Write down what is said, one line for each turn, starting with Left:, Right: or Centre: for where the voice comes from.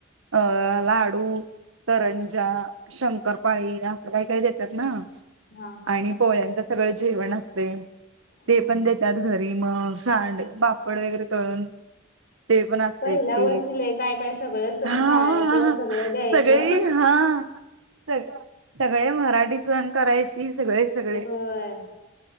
Right: अ लाडू्. तरंजा, शंकरपाळी असं काही- काही देत्यात ना.
Left: हा हा
Right: आणि पोळ्यांच सगळं जेवण असतय.
Left: हम्म
Right: ते पण
Left: हम्म.
Right: देत्यात घ री मग सांड- बापड वगैरे तळून ते पण असतय
Left: पहिल्या
Right: ती
Left: वर्षी लय काय काय सगळं सण
Right: हा....
Left: पाळायचं सगळं
Right: <inaudible>
Left: द्यायचं
Right: सगळी हा... सय ग सगळे मराठी सण करायची सगळे सगळे.
Left: ते होय.